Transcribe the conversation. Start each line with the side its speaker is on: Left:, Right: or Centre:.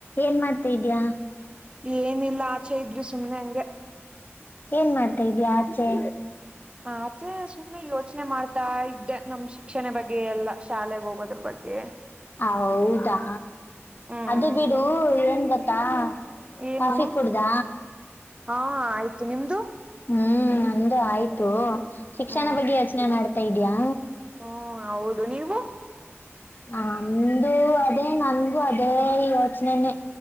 Left: ಏನ್ ಮಾಡ್ತಾ ಇದ್ಯಾ.
Right: ಏನಿಲ್ಲ ಆಚೆ ಇದ್ವಿ ಸುಮ್ನೆ ಹಂಗೆ.
Left: ಏನ್ ಮಾಡ್ತಾ ಇದ್ಯ ಆಚೆ.
Right: ಆಚೆ ಸುಮ್ನೆ ಯೋಚ್ನೆ ಮಾಡ್ತಾ ಇ ದ್ದೆ ನಮ್ ಶಿಕ್ಷಣ ಬಗ್ಗೆ ಎಲ್ಲ ಶಾಲೆಗ್ ಹೋಗೋದ್ರು ಬಗ್ಗೆ.
Left: ಹೌದಾ
Right: ಹ್ಮ್
Left: ಅದು ಬಿಡು ಏನ್ ಗೊತ್ತಾ.
Right: ಏನು
Left: ಕಾಫಿ ಕೂಡ್ದ
Right: ಹಾ ಆಯ್ತು ನಿಮ್ದು.
Left: ಹ್ಮ್ ನಂದು ಆಯ್ತು ಶಿಕ್ಷಣ
Right: ಹ್ಮ್
Left: ಬಗ್ಗೆ ಯೋಚನೆ ಮಾಡ್ತಾ ಇದ್ಯಾಾ.
Right: ಹ್ಮ್ ಹೌದು ನೀವು.
Left: ನಮ್ದು ಅದೇ ನನ್ಗು ಅದೇ ಯೋಚ್ನೆನೆನೆ.